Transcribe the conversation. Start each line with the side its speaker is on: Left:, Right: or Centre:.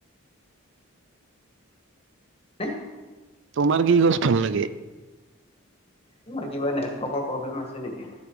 Left: হে?
Right: তোমাৰ কি গছ ভাল লাগে?
Left: তোমাৰ কিবা নেটৱৰ্কৰ প্ৰব্লেম আছে নেকি?